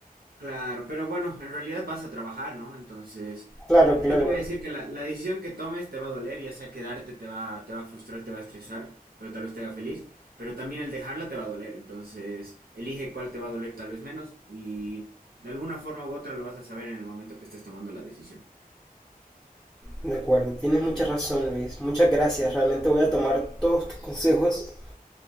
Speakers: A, on the right; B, in the centre.
A: claro, pero bueno, en realidad vas a trabajar, ¿no? Entonces,
B: Claro, claro.
A: yo te voy a decir que la, la decisión que tomes te va a doler, ya sea quedarte te va, te va a frustrar, te va a estresar, pero tal vez te haga feliz, pero también el dejarla te va a doler, entonces elige cuál te va a doler tal vez menos y de alguna forma u otra lo vas a saber en el momento que estés tomando la decisión.
B: De acuerdo, tienes mucha razón, Luis. Muchas gracias. Realmente voy a tomar todos tus consejos.